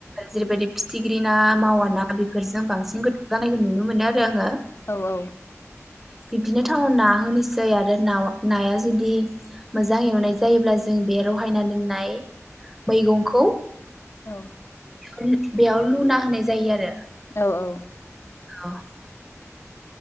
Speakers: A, in the centre; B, on the left (about 50°).
A: जेरैबायदि फिथिख्रि ना मावा ना बेफोरजों बांसिन गोथाव जानायखौ नुनो मोनो आरो आङो।
B: औ औ ।
A: बिब्दिनो थावाव ना होनोसै आरो नाव नाया जुदि मोजां एवनाय जायोब्ला जों बे रहायना दोननाय मैगंखौ
B: औ ।
A: बेयाव लुना होनाय जायो आरो।
B: औ औ ।
A: औ ।